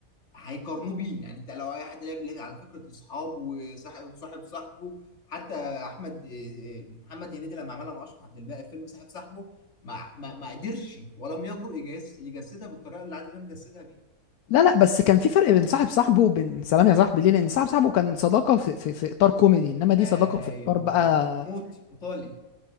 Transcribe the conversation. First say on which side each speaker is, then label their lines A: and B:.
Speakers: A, on the left (about 55°); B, on the left (about 85°).
A: هيقارنوه بيه يعني انت لو اي حد لعب لعب على فكره الاصحاب وصاحب صاحب صاحبه حتى احمد إيه، إيه، محمد هنيدي لما عملها مع اشرف عبد الباقي في فيلم صاحب صاحبه ما ما ما قدرش ولم يجرؤ يجس- يجسدها بالطريقه اللي عادل امام جسدها بيها
B: لا لا بس كان في فرق بين صاحب صاحبه وبين سلام يا صاحبي ليه لان صاحب صاحبه كان صداقه في, في, في اطار كوميدي انما دي
A: ايوه
B: صداقه في اطار بقى
A: موتي قطالي